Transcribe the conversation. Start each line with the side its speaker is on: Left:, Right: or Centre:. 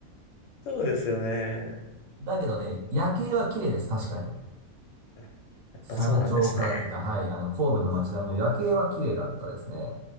Left: そうですよね。
Right: <laughs> だけどね、夜景は綺麗です、確かに。
Left: あやっぱそうなんですね。
Right: 山頂から見た、はい、あの、神戸の街並みの夜景は綺麗だったですね。